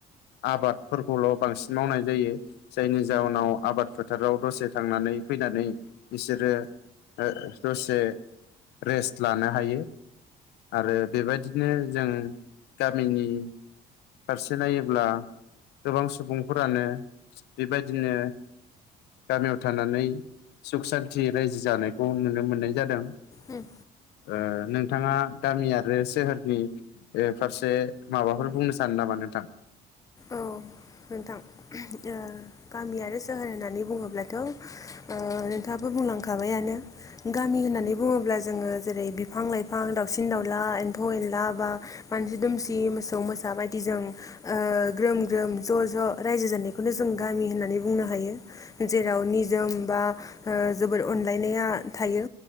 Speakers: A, on the left; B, on the left.
A: आबादफोरखौल' बांसिन मावनाय जायो जायनि जाहोनाव आबाद फोथाराव दसे थांनानै फैनानै बिसोरो ओ दसे रेस्ट लानो हायो आरो बेबायदि बिदिनो जोंङो गामिनि फारसे नायोब्ला गोबां सुबुंफोरानो बेबायदिनो गामियाव थानानै सुख सान्थि रायजो जानायखौ नुनो मोननाय जादों
B: उम
A: ओ नोंथाङा गामि आरो सोहोर नि ओ फारसे माबाफोर बुंनो सानो नामा नोंथां
B: औ नोंथां गामि आरो सोहोर होननानै बुङोब्लाथ ओ' नोंथाङाबो बुंलांखायो माबायानो गामि होननानै बुङोब्ला जोङो जेरै बिफां लाइफां दाउसिन दाउला एम्फौ ए ला बा मानसि दुमसि मोसौ मोसा बायदि जों ओ ग्रोम ग्रोम ज' ज' रायजो जानायखौनो जों गामि होननानै बुंनो हायो जेराव निजोम बा बा जोबोद अनलायनाया थायो